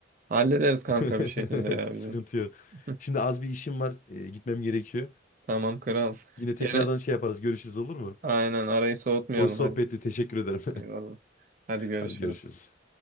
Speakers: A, on the right; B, on the left.
A: Hallederiz kanka
B: <laughs>
A: bir şekilde ya
B: Sıkıntı
A: bizim.
B: yok.
A: <laughs>
B: Şimdi az bir işim var. e, gitmem gerekiyor.
A: Tamam kral.
B: Yine tekrardan
A: Yine
B: şey yaparız. Görüşürüz olur mu?
A: aynen arayı soğutmayalım
B: Hoş sohbetti.
A: hadi.
B: Teşekkür ederim.
A: Eyvallah. Hadi görüşürüz.
B: <laughs> Hadi görüşürüz.